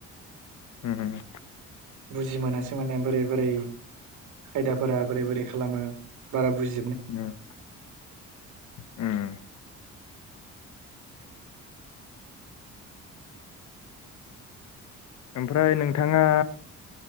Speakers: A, on the left (about 65°); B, on the right (about 75°).
A: हम
B: बुजि मोनासै माने बोरै बोरै खायदाफोरा बोरै बोरै खालामो बारा बुजि
A: हम उम ओमफ्राय नोंथाङा